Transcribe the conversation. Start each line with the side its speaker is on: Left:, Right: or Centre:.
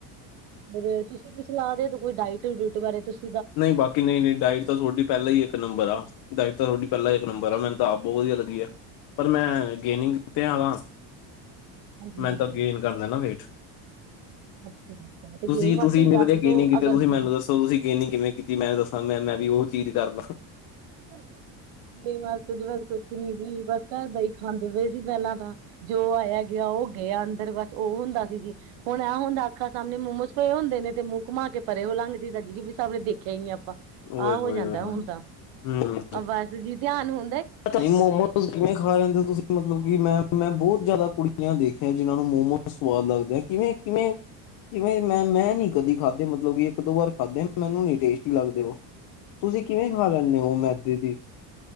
Right: ਫੇਰ ਤੁਸੀ ਵੀ ਸਲਾਹ ਦੇ ਦੋ ਕੋਈ ਡਾਇਟ ਡੂਟ ਬਾਰੇ ਤੁਸ
Left: ਨਈਂ ਬਾਕੀ ਨਈਂ-ਨਈਂ ਡਾਇਟ ਤਾਂ ਤੁਹਾਡੀ ਪਹਿਲਾਂ ਹੀ ਇੱਕ ਨੰਬਰ ਆ, ਡਾਇਟ ਤਾਂ ਤੁਹਾਡੀ ਪਹਿਲਾਂ ਹੀ ਇੱਕ ਨੰਬਰ
Right: ਅੱਛਾ,
Left: ਆ। ਮ ਦਾ ਬਹੁਤ ਵਧੀਆ ਲੱਗੀ ਐ, ਪਰ ਮੈਂ ਗੇਨਿੰਗ ਤੇ ਐਗਾ।
Right: ਹਾਂਜੀ
Left: ਮੈ
Right: ਹਾਂਜੀ
Left: ਤਾਂ ਗੇਨ ਕਰਨੈ ਨਾ ਵੇਟ।
Right: ਅੱਛਾ ਅੱਛਾ, ਤੇ
Left: ਤੁਸੀ-ਤੁਸੀ
Right: ਗੇਨ ਵਾਸਤੇ ਹੀ
Left: ਇੰਨੀ
Right: ਦੱਸ
Left: ਵਧੀ ਗੇਨ
Right: ਦੋ
Left: ਨੀ ਕੀਤੇ
Right: ਅਗਰ
Left: ਤੁਸੀਂ ਮੈਂਨੂੰ
Right: ਕਿਸੇ
Left: ਦੱ ਤੁਸੀਂ ਗੇਨਿੰਗ ਕਿਵੇਂ ਕੀਤੀ? ਮੈਂ ਦੱਸਾਂ, ਮੈਂ, ਮੈਂ ਵੀ ਉਹ ਚੀਜ਼ ਕਰਲਾਂ।
Right: ' <inaudible> ' ਬਸ ਕੁੱਛ ਨੀ ਸੀ, ਬਸ ਘਰ ਦਾ ਹੀ ਖਾਂਦੇ ਪਏ ਸੀ, ਪਹਿਲਾਂ ਤਾਂ। ਜੋ ਆਇਆ ਗਿਆ ਉਹ ਗੇਯਾ ਅੰਦਰ ਬਸ ਓ ਹੁੰਦਾ ਸੀ ਜੀ। ਹੁਣ ਆ ਹੁੰਦਾ ਅੱਖਾਂ ਸਾਹਮਣੇ ਮੋਮੋਸ ਪਏ ਹੁੰਦੇ ਨੇ ਤੇ ਮੂੰਹ ਘੁੰਮਾ ਕੇ ਪਰੇ ਓ ਲੰਘ ਜੀਂਦਾ। ' <unintelligible> ' ਦੇਖਿਆ ਨੀ ਆਪਾਂ। ਆਂ
Left: ਓਏ ਹੋਏ
Right: ਹੋ ਜਾਂਦਾ
Left: ਹੋਏ
Right: ਹੁਣ
Left: ਹੋਏ
Right: ਤਾਂ,
Left: ਹੂੰ
Right: ਬਸ ਜੀ ਧਿਆਨ ਹੁੰ
Left: ਪਤਾ ਨੀ ਮੋਮੋਸ ਤੁਸੀਂ ਕਿਵੇਂ ਖਾਂ ਲੈਂਦੇ ਤੁਸੀਂ? ਮਤਲਬ ਕਿ ਮੈਂ, ਮੈਂ ਬਹੁਤ ਜ਼ਿਆਦਾ ਕੁੜੀਆਂ ਦੇਖੀਆਂ ਜਿੰਨਾਂ ਨੂੰ ਮੋਮੋਜ਼ ਸਵਾਦ ਲੱਗਦੇਆ। ਕਿਵੇਂ-ਕਿਵੇਂ ਜਿਵੇਂ ਮੈਂ-ਮੈਂ ਨੀ ਕਦੀ ਖਾਦੇ ਮਤਲਬ ਕੀ ਇੱਕ-ਦੋ ਵਾਰ ਖਾਦੇ ਮੈਂਨੂੰ ਨੀ ਟੇਸਟੀ ਲੱ ' <inaudible> ' ਤੁਸੀਂ ਕਿਵੇਂ ਖਾਂ ਲੈੱਨੇ ਓਂ ਮੈਦੇ ਦੀ